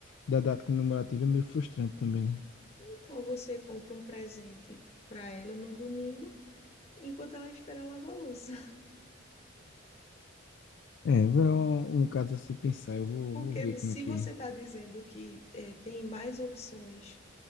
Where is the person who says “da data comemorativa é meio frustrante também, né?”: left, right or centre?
Left